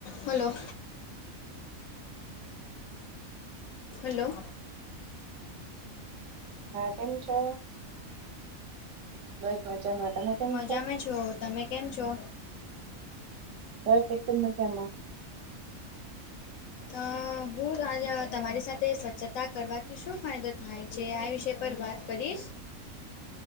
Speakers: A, on the left; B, on the right.
A: Hello. Hello.
B: હા કેમ છો? બસ મજામાં તમે કેમ
A: મજા
B: છો
A: મે છું. તમે કેમ છો?
B: બસ એકદમ મજામાં.
A: અહ હું <unintelligible> તમારી સાથે સ્વચ્છ- છતા કરવાથી શું ફાયદો થાય છે, આ વિષય પર વાત કરીશ.